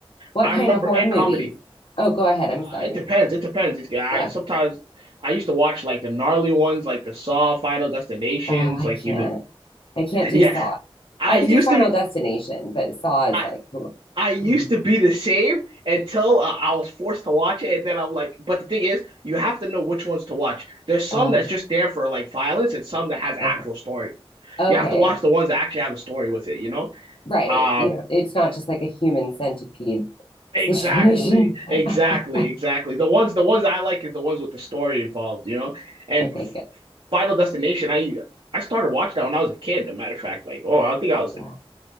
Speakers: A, on the left (about 60°); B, on the right (about 55°).
A: What
B: I
A: kind
B: remember
A: of horror
B: and
A: movies?
B: comedy.
A: Oh, go ahead. I'm
B: Uh,
A: sorry.
B: It depends. It depends. It's, yeah, I
A: Yeah.
B: sometimes I used to watch like the gnarly ones, like the Saw, Final Destinations,
A: Oh, I
B: like you.
A: can't. I can't do
B: Yeah,
A: Saw.
B: I
A: I
B: used
A: could do Final
B: to be.
A: Destination, but Saw is
B: I
A: like, ugh. <laughs>
B: I used
A: Mhm.
B: to be the same until uh, I was forced to watch it, and then I'm like, but the thing is, you have to know which ones to watch. There's some
A: Oh,
B: that's just there for like violence, and some that has actual
A: okay.
B: story.
A: Okay.
B: You have to watch the ones that actually have a story with it, you know?
A: right
B: Uh,
A: you know it's not just like a human centipede
B: exactly,
A: situation
B: exactly,
A: <laughs>
B: exactly. The ones, the ones that I like is the ones with the story involved, you know? And
A: okay good
B: Final Destination, I I started watching that when I was a kid. As a matter of fact, like, oh, I think I was
A: yeah
B: like,